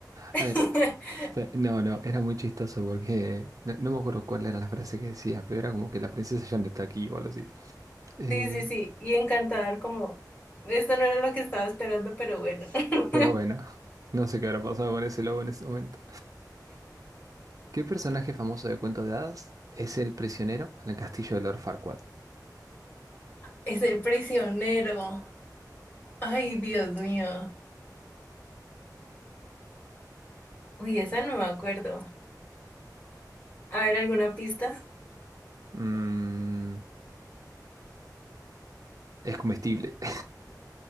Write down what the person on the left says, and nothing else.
<laughs>
Sí, sí, sí, y encantador como, esto no era lo que estaba esperando, pero bueno. <laughs>
Es el prisionero. Ay, Dios mío. Uy, esa no me acuerdo. A ver, ¿alguna pista?